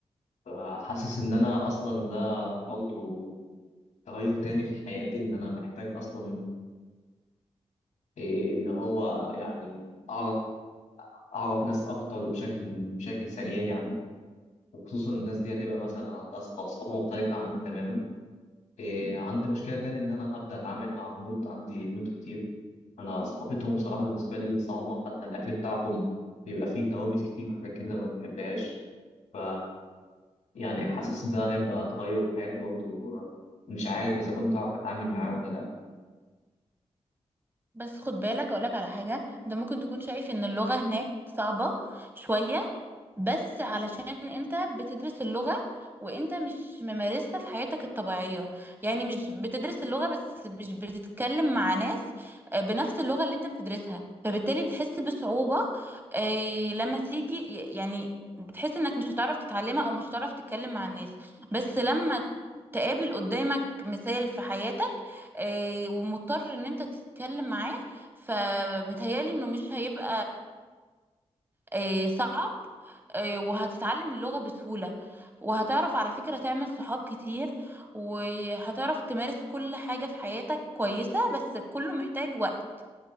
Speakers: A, on the left; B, on the right.
A: فحاسس إن أنا أصلا ده برضو تغير تاني في حياتي إن أنا محتاج أصلا إيه اللي هو يعني أعرف أعرف ناس أكتر بشكل بشكل سريع يعني وخصوصا الناس دي هتبقى مثلا عندها ثق- ثقافة مختلفة عني تماما إيه عندي مشكلة تاني إن أنا هبدأ أتعامل مع هنود عندي هنود كتير أنا ثقافتهم بصراحة بالنسبة لي صعبة حتى الأكل بتاعهم بيبقى فيه توابل كتير وحاجات كده ما بحبهاش ف يعني حاسس ده هيبقى تغير في حياتي برضه مش عارف إذا كنت هعرف أتعامل معاه ولا لأ
B: بس خد بالك اقولك على حاجه انت ممكن تكون شايف ان اللغه هناك صعبه شويه بس علشان انت بتدرس اللغة وانت مش ممارسها في حياتك الطبيعية يعني مش بتدرس اللغة بس مش بتتكلم مع ناس آه، بنفس اللغة اللي انت بتدرسها فبالتالي بتحس بصعوبة آه، لما تيجي ي- يعني بتحس انك مش هتعرف تتعلمها او مش هتعرف تتكلم مع الناس بس لما تقابل قدامك مثال في حياتك آه، ومضطر ان انت تتكلم معاه فمتهيألي انه مش هيبقى آه، صعب آه، وهتتعلم اللغة بسهولة وهتعرف على فكرة تعمل صحاب كتير وهتعرف تمارس كل حاجة في حياتك كويسة بس كله محتاج وقت